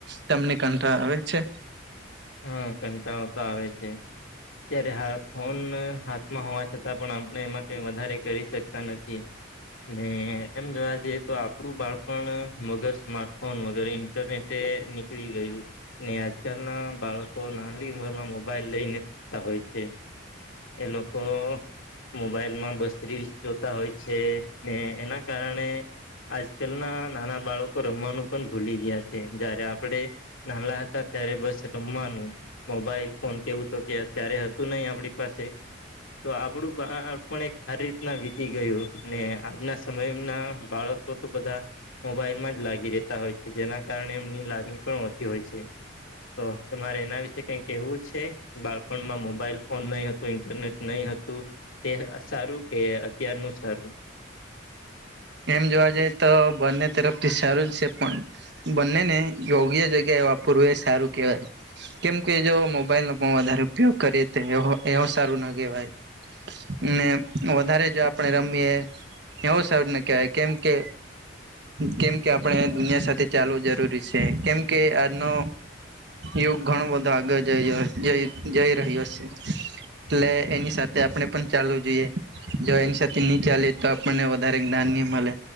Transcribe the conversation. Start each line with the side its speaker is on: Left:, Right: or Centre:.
Right: તમને કંટાળો આવે છે?
Left: હા કંટાળો તો આવે છે ત્યારે હા ફોન હા હોવા છતાં પણ આપણે એમાં કઈ વધારે કરી શકતા નથી. ને એમ જોવા જઈએ તો આપડું બાળપણ વગર સ્માર્ટફોન વગર તે નીકળી ગયું ને આજકાલ ના બાળકો નાની ઉંમર માં મોબાઈલ લઈને લેતા હોય છે. એ લોકો મોબાઈલ માં બસ રીલ્સ જોતા હોય છે ને એના કારણે આજકાલ ના નાના બાળકો રમવાનું પણ ભૂલી ગયા છે જયારે આપડે નાના હતા ત્યારે બસ રમવાનું મોબાઈલ ફોન કેવું તો કે અત્યારે હતું નહી આપડી પાસે તો આપડું બાળપણ એક સારી રીતના વીતી ગયું ને આજના સમય ના બાળકો તો બધા મોબાઈલમાં જ લાગી રેતા હોય છે જેના કારણે એમની લત પણ ઓછી હોય છે. તો તમારે એના વિશે કઈ કેવું છે બાળપણમાં મોબાઈલ ફોન નહી હ તો ઇન્ટરનેટ નહી હતું તે સારું કે અત્યારનું જ સારું.
Right: એમ જોવા જઈ તો બંને તરફથી સારું જ છે પણ બંનેને યોગ્ય જગ્યાએ વાપરવું એ સારું કહેવાય. કેમકે જો મોબાઈલ નો પણ વધારે ઉપયોગ કરીએ તો એવો સારું ના કહેવાય. ને વધારે જો આપડે રમીએ એવું સર ને કે કેમ કે કેમ કે આપણે દુનિયા સાથે ચાલવું જરૂરી છે કેમ કે આજનો યોગ ઘણું બધા આગળ જઈ જઈ જઈ રહ્યો છે. એટલે એની સાથે આપણે પણ ચાલવું જોઈએ જો એની સાથે નહી ચાલે તો આપણને વધારે ધાન્ય મળે